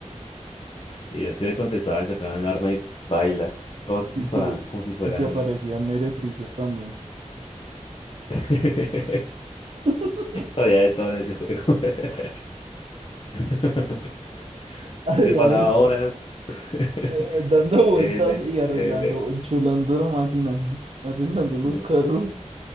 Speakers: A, on the left; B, on the right.
A: Y es que le contestaban, sacaban un arma y baila. Todos
B: Sí
A: disparaban
B: que,
A: como si fueran...
B: y que aparecían meretrices también.
A: <laughs>
B: <laughs>
A: Había de todo en ese juego. <laughs> <laughs>
B: Había
A: Así se pasaba
B: esto,
A: horas. <laughs>
B: eh, dando
A: Tele,
B: vueltas y arreglando,
A: tele,
B: enchulando la máquina, arreglando los
A: bus-
B: carros.